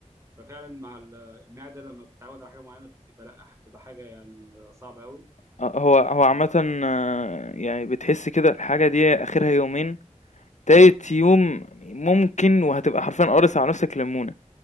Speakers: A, on the right; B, on the left.
A: ففعلا مع ال- المعدة لما بتتعود على حاجة معينة بتبقى لا بتبقى حاجة يعني صعبة قوي
B: آه، هو هو عامةً
A: آه
B: آه، يعني بتحس كده الحاجة دي آخرها يومين، تالت يوم ممكن وهتبقى حرفيًا قارص على نفْسك ليمونة،